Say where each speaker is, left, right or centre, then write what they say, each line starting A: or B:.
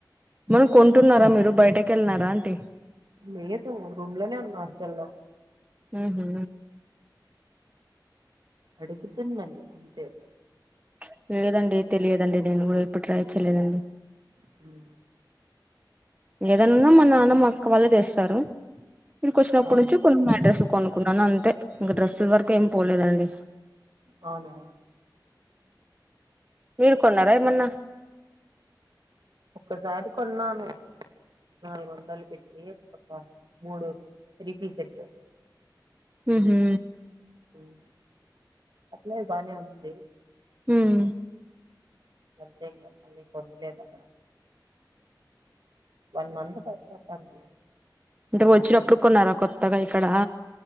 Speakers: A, on the right; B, on the right.
A: మనం కొంటున్నారా మీరు బయటకి వెల్నా రా ఆంటీ
B: లేదు రూమ్ లోనే ఉన్నా హాస్టల్లో
A: హ్మ్ హు
B: అడుగుతున్నది అంతే
A: ప్చ్ లేదండి తెలియదండి నేను కూడా ఇప్పుడు ట్రై చేయలేదండి
B: ఉ హ్మ్
A: ఏదైనా మా నాన్న మా అక్క వాల్లే తెస్తారు ఇంకో సార్ ఇక్కడొచ్చి
B: ఆ
A: కొన్నా అడ్రస్ కొనుకున్నాను అంతే ఇంక డ్రస్సుల వరకు ఏం పోలేదండి
B: అవునా
A: మీరు కొన్నారా ఏమన్నా
B: ఒకసారి కొన్నాను నాలుగు వందలు పెట్టి ఒక మూడు త్రీపీస్ సేట్
A: హ్మ్ హు
B: మ్ అట్లే బానే ఉంది
A: హ్మ్
B: అంతేం కద మళ్ళీ కొన్లేదు అక్కడ వన్ మంత్ పైన్ అవుతవుందిలే
A: అంటే వచ్చినప్పుడు కొన్నారా కొత్తగా ఇక్కడ